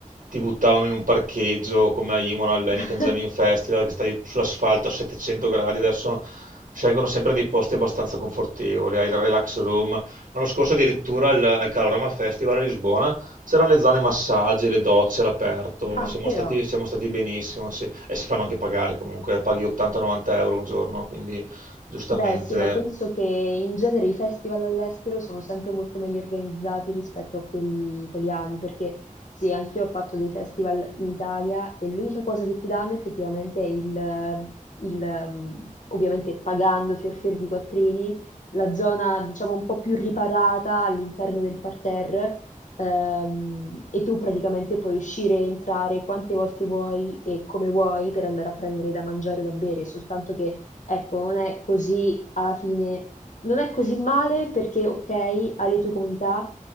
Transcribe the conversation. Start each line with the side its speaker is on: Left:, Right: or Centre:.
Right: ti buttavano in un parcheggio come a Imola, all'Heineken
Left: <laughs>
Right: Jamming Festival, che stai sull'asfalto a 700 gradi, adesso scelgono sempre dei posti abbastanza confortevoli, hai il relax room. L'anno scorso addirittura al, al Calorama Festival a Lisbona C'erano le zone massaggi, le docce all'aperto,
Left: Ah,
Right: siamo
Left: però.
Right: stati, siamo stati benissimo, sì. E si fanno anche pagare comunque, paghi 80-90 euro un giorno, quindi giustamente...
Left: Beh, sì, ma penso che in genere i festival all'estero sono sempre molto meglio organizzati rispetto a quelli italiani, perché sì, anch'io ho fatto dei festival in Italia e l'unica cosa che ti danno effettivamente è il, il, ehm, ovviamente pagando fior fior di quattrini, la zona diciamo un po' più riparata all'interno del parterre, ehm, e tu praticamente puoi uscire e entrare quante volte vuoi e come vuoi per andare a prendere da mangiare o da bere, soltanto che Ecco, non è così alla fine, non è così male perché, ok, hai le tue comodità,